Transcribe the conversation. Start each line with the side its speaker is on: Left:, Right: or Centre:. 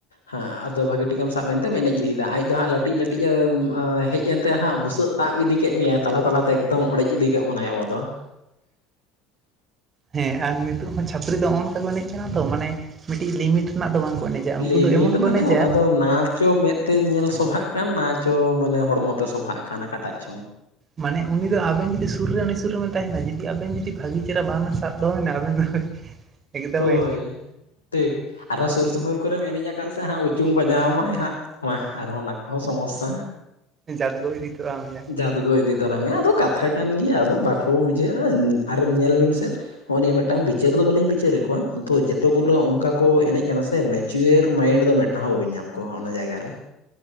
Left: ᱦᱮᱸ ᱟᱫᱚ ᱵᱷᱟᱹᱜᱤ ᱴᱷᱤᱠ ᱮᱢ ᱥᱟᱵ ᱮᱱᱛᱮᱢ ᱮᱱᱮᱡ ᱤᱫᱤᱭᱮᱫᱟ ᱟᱡ ᱫᱚ ᱦᱟᱸᱜ ᱞᱟᱹᱴᱤᱡᱼ ᱞᱟᱹᱴᱤᱡ ᱮ ᱦᱮᱡᱽ ᱮᱱᱛᱮ ᱦᱟᱸᱜ ᱵᱩᱥᱟᱹᱜ ᱛᱟᱵ ᱤᱫᱤ ᱠᱮᱫ ᱢᱮᱭᱟᱭ ᱛᱟᱞᱟ ᱛᱟᱞᱟᱛᱮ ᱮᱠᱫᱚᱢ ᱚᱲᱮᱡᱽ ᱤᱫᱤ ᱠᱮᱫ ᱵᱚᱱᱟᱭ ᱟᱵᱚ ᱫᱚ᱾ <inaudible>
Right: ᱦᱮᱸ ᱟᱨ ᱱᱤᱛᱚᱜ ᱦᱚᱸ ᱪᱷᱟᱯᱨᱤ ᱫᱚ ᱱᱚᱜᱚᱭ ᱱᱚᱝᱠᱟ ᱠᱚ ᱮᱱᱮᱡ ᱠᱟᱱᱟ ᱛᱚ ᱢᱟᱱᱮ ᱢᱤᱫᱴᱤᱡ ᱞᱤᱢᱤ ᱴ ᱨᱮᱱᱟᱜ ᱫᱚ ᱵᱟᱝᱠᱚ ᱮᱱᱮᱡᱟ ᱩᱱᱠᱩ
Left: ᱞᱤᱢᱤᱴ
Right: ᱫᱚ ᱮᱢᱚᱱ ᱠᱚ
Left: ᱢᱟᱱᱮ
Right: ᱮᱱᱮᱡᱟ᱾
Left: ᱚᱱᱟ ᱫᱚ ᱱᱟ ᱪᱚ ᱢᱮᱫᱛᱮ ᱧᱮᱞ ᱥᱚᱵᱷᱟᱜ ᱠᱟᱱ ᱱᱟ ᱪᱚ ᱢᱟᱱᱮ ᱦᱚᱲᱢᱚ ᱛᱮ ᱥᱚᱵᱷᱟᱜ ᱠᱟᱱᱟ ᱚᱠᱟᱴᱟᱜ ᱪᱚᱝ᱾
Right: ᱢᱟᱱᱮ ᱩᱱᱤ ᱫᱚ ᱟᱵᱮᱱ ᱡᱩᱫᱤ ᱥᱩᱨ ᱨᱮ ᱩᱱᱤ ᱥᱩᱨ ᱨᱮᱵᱮᱱ ᱛᱟᱦᱮᱱᱟ ᱡᱩᱫᱤ ᱟᱵᱮᱱ ᱡᱩᱫᱤ ᱵᱷᱟᱹᱜᱤ ᱪᱮᱦᱨᱟ ᱵᱟᱵᱮᱱ ᱥᱟᱵ ᱫᱚᱲᱚᱢᱮᱱᱟ ᱟᱵᱮᱱ ᱫᱚ ᱮᱠᱫᱚᱢᱮ
Left: ᱦᱳᱭ᱾ ᱴᱷᱤᱠ ᱟᱨᱦᱚ ᱥᱩᱨ ᱥᱩᱯᱩᱨ ᱠᱚᱨᱮᱢ ᱮᱱᱮᱡ ᱟᱠᱟᱫ ᱥᱮ ᱦᱟᱸᱜ ᱩᱪᱩᱝ ᱵᱟᱡᱟᱣᱢᱟᱭ ᱦᱟᱸᱜ᱾ ᱢᱟᱜ ᱟᱨᱚ ᱚᱱᱟ ᱠᱚᱦᱚᱸ ᱥᱚᱢᱚᱥᱟ᱾
Right: ᱡᱦᱟᱫᱜᱚ ᱤᱫᱤ ᱛᱟᱨᱟ ᱢᱮᱭᱟ᱾
Left: ᱡᱦᱟᱫᱜᱚ ᱤᱫᱤ ᱛᱟᱨᱟᱢᱮᱭᱟ ᱟᱫᱚ ᱠᱟᱛᱷᱟ ᱠᱟᱱ ᱜᱮᱭᱟ ᱟᱫᱚ ᱵᱟᱠᱚ ᱵᱩᱡᱷᱟᱹᱜᱼᱟ ᱟᱨ ᱧᱮᱞᱵᱤᱱ ᱥᱮ ᱦᱚᱸᱜᱼᱚ ᱱᱤᱭᱟᱹ ᱢᱤᱫᱴᱟᱱ ᱵᱤᱪᱟᱹᱨ ᱫᱚ ᱵᱟᱹᱞᱤᱧ ᱵᱤᱪᱟᱹᱨᱮᱫ ᱠᱚᱣᱟ ᱠᱤᱱᱛᱩ ᱡᱚᱛᱚ ᱜᱩᱞᱟᱹ ᱚᱱᱠᱟ ᱠᱚ ᱮᱱᱮᱡ ᱠᱟᱱᱟ ᱥᱮ ᱢᱮ ᱪᱩᱭᱮᱨ ᱢᱟᱭᱤᱸᱰ ᱫᱚ ᱢᱤᱫᱴᱟᱝ ᱦᱚᱸ ᱵᱟᱹᱵᱤᱱ ᱧᱟᱢ ᱠᱚᱣᱟ ᱚᱱᱟ ᱡᱟᱭᱜᱟ ᱨᱮ᱾